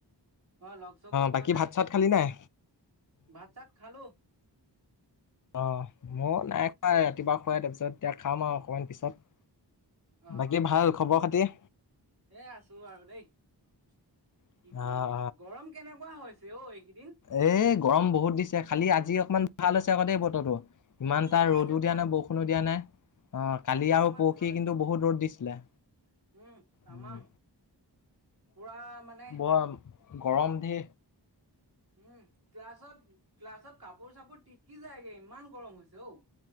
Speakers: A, on the right (about 60°); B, on the left (about 45°).
A: অ লগ চগো পোৱা
B: বাকী
A: নাই
B: ভাত চাত খালি নাই
A: ভাত চাত খালো।
B: অ মই নাই খুৱাই ৰাতিপুৱা খুৱাই তাৰপিছত এতিয়া খাম আৰু অকমান পিছত।
A: অ
B: বাকী
A: অ
B: ভাল খবৰ খাতি।
A: এ আছো আৰু দেই। কি
B: অ'
A: কৰিবি গৰম কেনেকুৱা হৈছে অ এইকেইদিন।
B: এ গৰম বহুত দিছে খালি আজি অকণমান ভাল হৈছে আকৌ দেই বুত। তটো ইমান তাৰ
A: অ
B: ৰ'দো
A: আজি অকমান
B: দিয়া নাই বৰষুণো দিয়া নাই। অ কালি
A: আজি অকমান
B: আৰু পৰখি
A: ভাল হৈছে
B: কিন্তু বহুত ৰ'দ দিছিলে।
A: উম তামাম
B: উম
A: পুৰা মানে।
B: বা গৰম দি
A: উম ক্লাছত ক্লাছত কাপোৰ চাপোৰ টিকি যায়গে ইমান গৰম হৈছে অঔ।